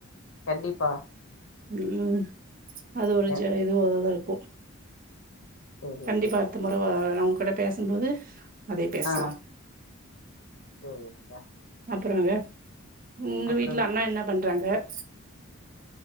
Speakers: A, on the left; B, on the right.
A: கண்டிப்பா
B: உஹம் அது ஒரு
A: எ
B: ஜ ஏதோ ஒரு உ
A: சேரி
B: கண்டிப்பா
A: சேரி
B: அடுத்த முறை வ அவங் கூட பேசும்போது அதே பேசலா
A: ஆ சேரிங்க
B: அப்புறங்க உங்க
A: அப்புறங்க
B: வீட்டுல அண்ணா என்னா பண்றாங்க <inaudible>